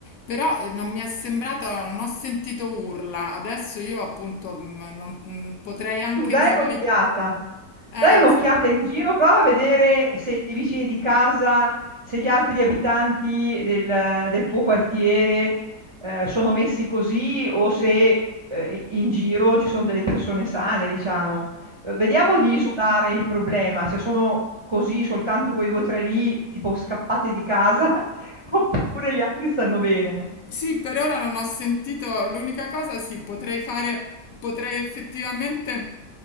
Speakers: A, on the left; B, on the right.
A: Però eh, non mi è sembrato, non ho sentito urla. Adesso io appunto mh, non- mh, potrei anche
B: Tu dai
A: dirgli,
B: un'occhiata,
A: eh,
B: dai un'occhiata in giro, prova a vedere se i vicini di casa, se gli altri abitanti del, del tuo quartiere eh, sono messi così o se eh, in giro ci sono delle persone sane, diciamo. Eh, Vediamo di isolare il problema, se sono così soltanto quei due o tre lì, tipo scappate di casa, <laughs> oppure gli altri stanno bene.
A: Sì, per ora non ho sentito l'unica cosa, sì, potrei fare, potrei effettivamente